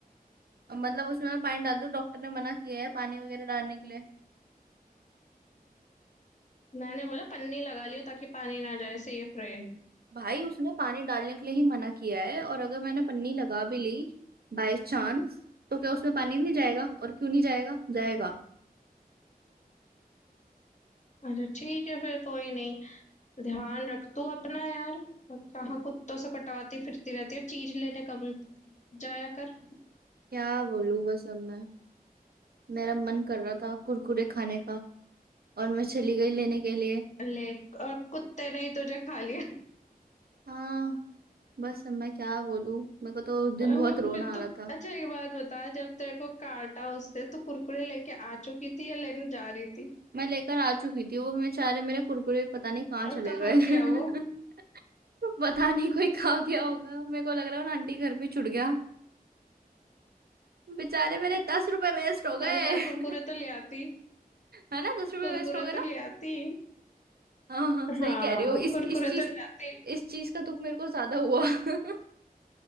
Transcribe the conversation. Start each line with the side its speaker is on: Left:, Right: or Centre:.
Right: मतलब उसमें मैं पानी डाल दूँ डॉक्टर ने मना किया है पानी वगैरह डालने के लिए
Left: मैंने बोला पन्नी लगा लियो ताकि पानी ना जाए सेफ रहे
Right: भाई उसने पानी डालने के लिए ही मना किया है और अगर मैंने पन्नी लगा भी ली बाय चांस तो क्या उसमें पानी नहीं जाएगा और क्यों नहीं जाएगा जाएगा
Left: अच्छा ठीक है फिर कोई नहीं ध्यान रख तू अपना यार कहाँ कुत्तों से कटवाती फिरती रहती है चीज लेने कम जाया कर
Right: क्या बोलूं बस अब मैं मेरा मन कर रहा था कुरकुरे खाने का और मैं चली गई लेने के लिए
Left: ले और कुत्ते ने ही तुझे खा लिया
Right: हाँ बस अब मैं क्या बोलूं मेरे को तो उस दिन
Left: अह,
Right: बहुत रोना
Left: फिर
Right: आ
Left: तो
Right: रहा था
Left: अच्छा एक बात बता जब तेरे को काटा उसने तो कुरकुरे लेके आ चुकी थी या लेने जा रही थी
Right: मैं लेकर आ चुकी थी वो बेचारे मेरे कुरकुरे भी पता नहीं कहाँ
Left: और
Right: चले
Left: कहाँ
Right: गए <laughs>
Left: गया वो
Right: पता नहीं कोई खा गया होगा मेरे को लग रहा है ना आंटी घर पे छुट गया बेचारे मेरे दस रुपए वेस्ट हो गए
Left: अरे यार कुरकुरे
Right: <laughs>
Left: तो ले आती
Right: है ना दस रुपए
Left: कुरकुरे
Right: वेस्ट हो गए
Left: तो
Right: ना
Left: ले आती
Right: हाँ हाँ सही
Left: हाँ
Right: कह रही हो इस
Left: कुरकुरे
Right: इस चीज
Left: तो ले आती
Right: इस चीज का दुख मेरे को ज्यादा हुआ <laughs>